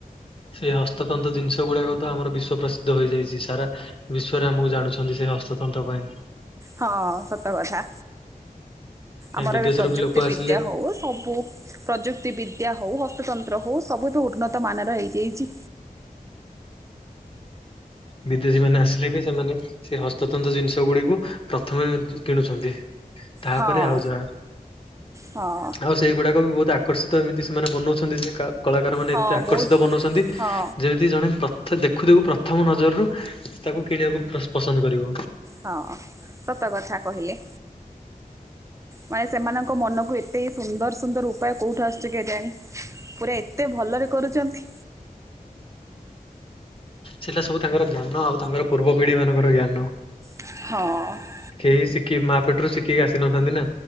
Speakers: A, on the left (about 35°); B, on the right (about 20°).
A: ସେଇ ହସ୍ତତନ୍ତ୍ର ଜିନିଷ ଗୁଡାକ ତ ଆମର ବିଶ୍ଵ ପ୍ରସିଦ୍ଧ ହେଇଯାଇଛି। ସାରା ବିଶ୍ଵରେ ଆମକୁ ଜାଣୁଛନ୍ତି ସେ ହସ୍ତତନ୍ତ୍ର ପାଇଁ।
B: ହଁ, ସତ କଥା।
A: କାଇଁ
B: ଆମର
A: ବିଦେଶରୁ
B: ଏବେ ପ୍ରଯୁକ୍ତି
A: ବି ଲୋକ ଆସିଲେ
B: ବିଦ୍ୟା ହଉ, ସବୁ ପ୍ରଯୁକ୍ତି ବିଦ୍ୟା ହଉ, ହସ୍ତତନ୍ତ୍ର ହଉ, ସବୁଠୁ ଉନ୍ନତ ମାନର ହେଇଯାଇଛି।
A: ବିଦେଶୀ ମାନେ ଆସିଲେ ବି, ସେମାନେ ସେ ହସ୍ତତନ୍ତ ଜିନିଷ ଗୁଡିକୁ ପ୍ରଥମେ କିଣୁଛନ୍ତି। ତାପରେ
B: ହଁ
A: ଆଉ ଯାହା।
B: ହଁ
A: ଆଉ ସେଇଗୁଡାକ ବି ବହୁତ ଆ ଆକର୍ଷିତ ଏମିତି ସେମାନେ ବନଉଛନ୍ତି ଯେ କା କଳାକାର ମାନେ
B: ହଁ
A: ଏତେ ଆକର୍ଷିତ
B: ବହୁତ
A: ବନଉଛନ୍ତି
B: ହଁ
A: ଯେ କି ଜଣେ ଦେଖୁ ଦେଖୁ ପ୍ରଥମ ନଜରରୁ ତାକୁ କିଣିବାକୁ ପସନ୍ଦ କରିବ।
B: ହଁ, ସତ କଥା କହିଲେ।
A: <inaudible>
B: ମାନେ ସେମାନଙ୍କ ମନକୁ ଏତେ ସୁନ୍ଦର ସୁନ୍ଦର ଉପାୟ କୋଉଠୁ ଆସୁଛି କେଜାଣି। ପୁରା ଏତେ ଭଲରେ କରୁଛନ୍ତି।
A: ସେଇଟା ସବୁ ତାଙ୍କର ଜ୍ଞାନ ଆଉ ତାଙ୍କର ପୂର୍ବ ପିଢି ମାନଙ୍କର ଜ୍ଞାନ।
B: ହଁ।
A: କେହି ଶିଖିକି ମା ପେଟରୁ ଶିଖିକି ଆସି ନଥାନ୍ତି ନା,